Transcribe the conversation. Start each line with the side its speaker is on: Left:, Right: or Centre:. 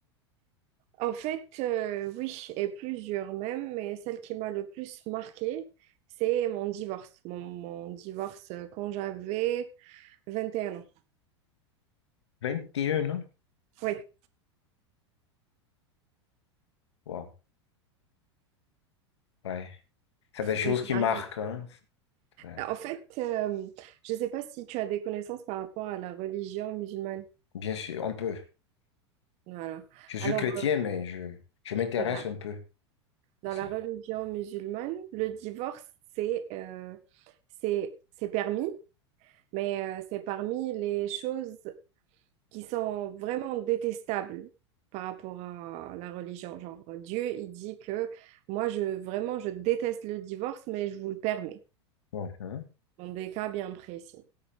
Right: En fait, euh, oui, et plusieurs même, mais celle qui m'a le plus marquée, c'est mon divorce. Mon, mon divorce euh, quand j'avais 21 ans.
Left: 21 ans?
Right: Oui,
Left: Wow. Ouais. C'est des choses
Right: je me suis
Left: qui
Right: mariée.
Left: marquent, hein. Ouais.
Right: En fait, euh, je ne sais pas si tu as des connaissances par rapport à la religion musulmane.
Left: Bien sûr, on peut.
Right: Voilà.
Left: Je suis
Right: Alors,
Left: chrétien, mais je, je m'intéresse
Right: euh, bah,
Left: un peu
Right: dans
Left: à ça.
Right: la religion musulmane, le divorce, c'est euh, c'est c'est permis, mais euh, c'est parmi les choses qui sont vraiment détestables par rapport à la religion. Genre, Dieu, il dit que moi, je vraiment, je déteste le divorce, mais je vous le permets,
Left: Bon, hein,
Right: dans des cas bien précis.